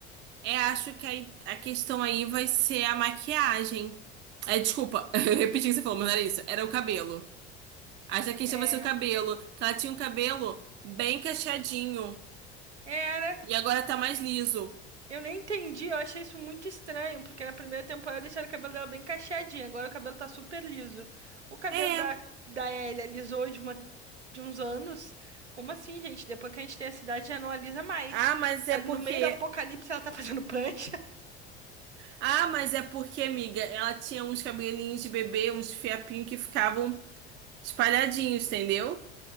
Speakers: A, on the right (about 35°); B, on the right (about 85°).
A: é, acho que a, a questão aí vai ser a maquiagem. É, desculpa, <laughs> eu repeti o que você falou, mas não era isso. Era o cabelo. Acho que a questão
B: É,
A: vai ser o cabelo. Que ela tinha um cabelo bem cacheadinho.
B: é, era.
A: E agora tá mais liso.
B: Eu nem entendi, eu achei isso muito estranho, porque na primeira temporada deixaram o cabelo dela bem cacheadinho, agora o cabelo tá super liso. O cabelo
A: É.
B: da, da Ellie alisou de, uma, de uns anos. Como assim, gente? Depois que a gente tem a cidade já não alisa mais.
A: Ah, mas é
B: Tá
A: porque
B: no meio do apocalipse ela tá fazendo prancha. <laughs>
A: Ah, mas é porque, amiga, ela tinha uns cabelinhos de bebê, uns fiapinhos que ficavam espalhadinhos, entendeu?